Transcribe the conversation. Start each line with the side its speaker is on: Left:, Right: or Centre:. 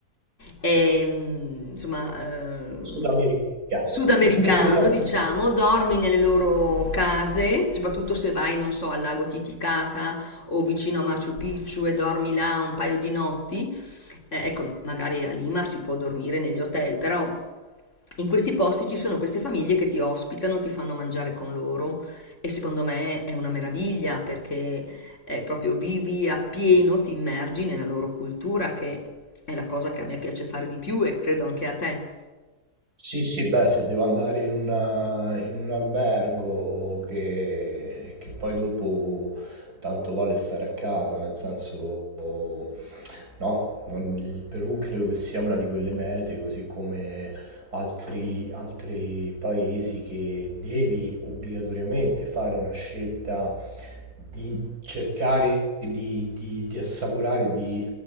Left: ehm, insomma, eh,
Right: sudamericano.
Left: sudamericano,
Right: <laughs>
Left: diciamo, dormi nelle loro case, soprattutto se vai, non so, al lago Titicaca o vicino a Machu Picchu e dormi là un paio di notti. Eh, ecco, magari a Lima si può dormire negli hotel, però in questi posti ci sono queste famiglie che ti ospitano, ti fanno mangiare con loro e secondo me è una meraviglia perché eh, proprio vivi appieno, ti immergi nella loro cultura, che è la cosa che a me piace fare di più e credo anche a te.
Right: Sì, sì, beh, se devo andare in, una- in un albergo che, che poi dopo tanto vale stare a casa, nel senso, no, non- il Perù credo che sia una di quelle mete, così come altri, altri paesi che devi obbligatoriamente fare una scelta di cercare di, di- di assaporare, di